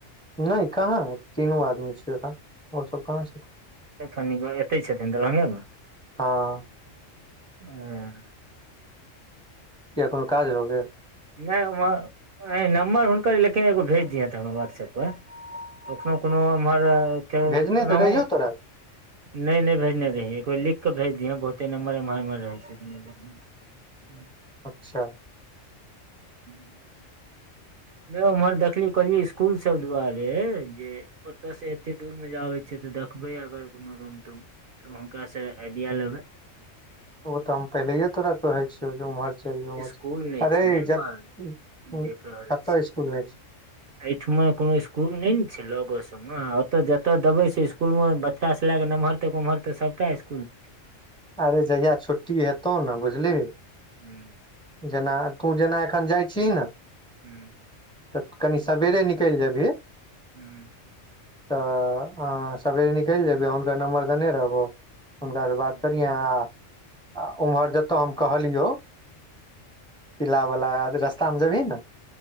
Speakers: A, in the centre; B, on the right.
A: नहि कहाँ तीनू आदमी छियै ओ ओ सब कहाँ छै
B: एखन एते छथिन दरभंगे
A: हाँ
B: हुँ
A: किआ कोनो काज रहो की
B: नहि नम्बर हुनकर लेकिन एगो भेज दिथा हमर व्हाट्सऐप पर एखनो कोनो एम्हर
A: भेजने
B: ओना
A: तऽ रहियौ
B: हूं
A: तोरा
B: नहि नहि भेज नहि भेज एकरबेर लिख कऽ भेज दिय बहुते नम्बर एम्हर उम्हर रहै छै ह ह <inaudible>
A: अच्छा
B: ह्म <inaudible> नहि उम्हर देखलिय कहलिय ईसकुल सब दुआरे जे ओतऽसँ एतेक दूरमे जाबै छियै तऽ देखबै अगर कोनो रूम तूम तऽ हुनकासँ आइडिया लेबै
A: ओ तऽ हम पहिले है तोरा कहै छियोउ उम्हर चल जो उम्हर
B: स्कूल नहि
A: अरे
B: छै ने एम्हर
A: जऽ
B: देख रहल
A: कतऽ
B: छी
A: ईसकुल नहि छै
B: एहिठमा कोनो स्कूल नहि ने छै लगो सब हॅं ओतय जतऽ देबे छै ईसकुल मे बच्चा सॅं लए कऽ नमहरतक ओमहरतक सबटा ईसकुल
A: आरौ जहिया छुट्टी हेतौ न बुझलिही
B: हुँ
A: जेना तू जेना एखन जाइछीही न
B: हूँ
A: तऽ कनी सबेरे निकलि जेबही
B: हुँ
A: तऽ अ सबेरे निकलि जेबहि हुनकर नम्बर देने रहबो हुनकासँ
B: नहि
A: बात करिहे आ ओम्हर जतय हम कहलियौ किला वला रस्ता मे जबहि ना